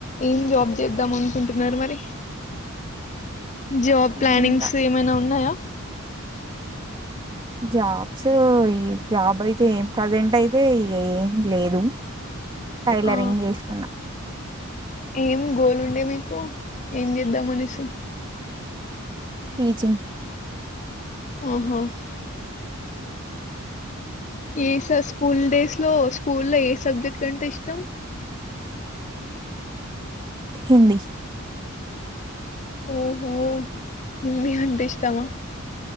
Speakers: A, on the left (about 35°); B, on the right (about 25°).
A: ఏం జాబ్ చేద్దాం అనుకుంటున్నారు మరి జాబ్
B: ఆ,
A: ప్లానింగ్స్
B: ఇంకా
A: ఏమైనా ఉన్నాయా
B: జాబ్స్ ఈ జాబ్ అయితే ప్రజెంట్ అయితే ఏం లేదు టైలరింగ్
A: ఆ
B: చేస్తున్నా
A: ఏం గోల్ ఉండే మీకు ఏం చేద్దాం అనేసి
B: బీజింగ్
A: ఆహా ఏ స స్కూల్ డేస్ లో స్కూల్ లో ఏ సబ్జెక్ట్ కంటే ఇష్టం
B: హిందీ
A: ఓహో నిన్న అంట ఇష్టవా